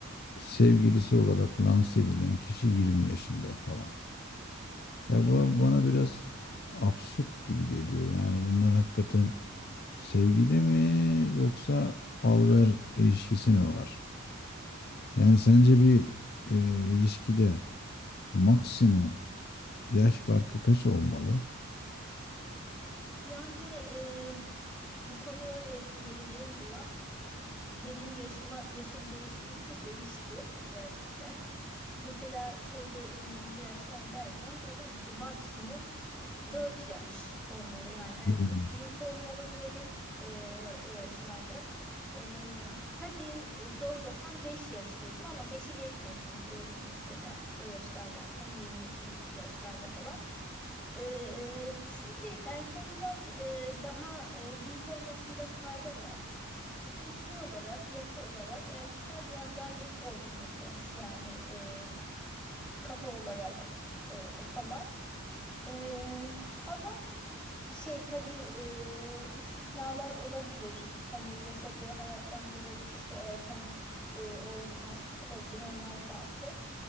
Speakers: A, on the left; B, in the centre.
A: sevgilisi olarak lanse edilen kişi 20 yaşında falan. Ya bu bana biraz absürt gibi geliyor. Yani bunlar hakikaten sevgili mi yoksa alver ilişkisi mi var? Yani sence bir e, ilişkide maksimum Yaş farkı kaç olmalı?
B: Yani eee, bu konuya ve- vereceğim cevap benim yaşıma yaşım değiştikçe değişti gerçekten. Mesela şöyle 20'li yaşlardayken diyordum ki maksimum 4 yaş olmalı yani erkek
A: Hmm.
B: büyük olmalı diyordum eee, o yaşlarda. Eee, hadi e, zorlasan 5 yaş diyordum ama beşi geçmesin diyordum mesela o yaşlardayken 22'li yaşlarda falan. Eee, çünkü erkeğin biraz eee, daha eee, büyük olmasında fayda var. Çünkü şey olarak, yapı olarak erkekler biraz daha geç olgunlaşıyormuş yani e, kafa olarak e, falan. E, ama şey tabii e, istisnalar olabilir. Hani yaşadığı hayattan dolayı işte erken e, olgunlaşmış olabilir. Onlar farklı.